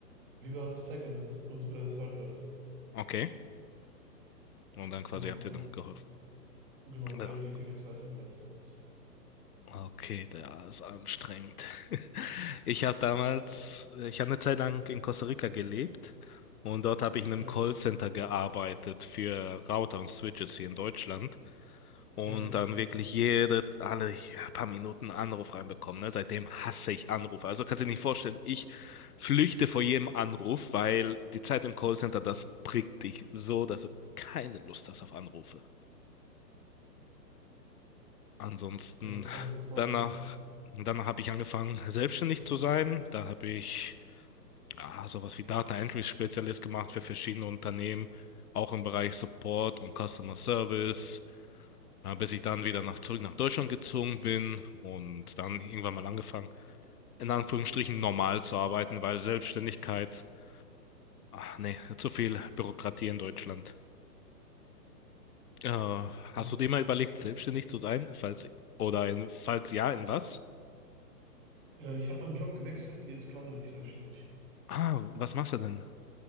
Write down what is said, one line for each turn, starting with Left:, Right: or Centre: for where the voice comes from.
Right: wir waren Second und, und äh, Third Level.
Left: okay. Und dann quasi
Right: Genau,
Left: habt ihr
Right: also
Left: dann geholfen.
Right: genau, die
Left: Ja.
Right: haben die Tickets weitergeleitet an uns.
Left: Okay, der ist anstrengend. <laughs> Ich habe damals, ich habe eine Zeit lang in Costa Rica gelebt und dort habe ich in
Right: Ja,
Left: einem Callcenter gearbeitet für Router und Switches hier in Deutschland und
Right: ja,
Left: dann wirklich jede, alle ja, paar Minuten einen Anruf reinbekommen. Ne? Seitdem hasse ich Anrufe. Also kannst du dir nicht vorstellen, ich flüchte vor jedem Anruf, weil die Zeit im Callcenter, das prickt dich so, dass du keine Lust hast auf Anrufe. Ansonsten,
Right: ja, kann ich mir vorstellen.
Left: danach, danach habe ich angefangen, selbstständig zu sein. Da habe ich ja, sowas wie Data Entry Spezialist gemacht für verschiedene Unternehmen, auch im Bereich Support und Customer Service, ja, bis ich dann wieder nach, zurück nach Deutschland gezogen bin und dann irgendwann mal angefangen, in Anführungsstrichen normal zu arbeiten, weil Selbstständigkeit, ach nee, zu viel Bürokratie in Deutschland. Äh, hast
Right: Ja.
Left: du dir mal überlegt, selbstständig zu sein? Falls, oder in, falls ja, in was?
Right: Äh, ich habe meinen Job gewechselt, jetzt gerade bin ich selbstständig.
Left: Ah, was machst du denn?